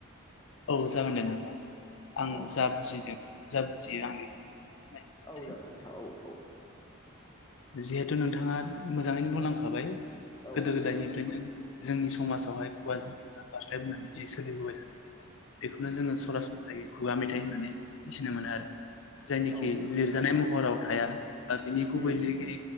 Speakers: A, on the left; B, on the left.
A: औ जागोन दे नोंथां। आं
B: औ
A: जाबुजिदों जाबुजियो आं <unintelligible>
B: औ जागोन नोंथां औ औ
A: जिहेथु नोंथाङा मोजाङैनो बुंलांखाबाय।
B: औ
A: गोदो गोदायनिफ्रायनो जोंनि समाजावहाय खुगा जों खुगा बारस्लायबोनानै जि सोलिबोबाय थानाय मेथाइ बेखौनो जोङो सरासनस्रायै खुगा मेथाइ होननानै मिथिनो मोनो आरो। जायनिखि
B: औ
A: लिरजानाय महराव थाया। बा बिनि गुबै
B: उम
A: लिर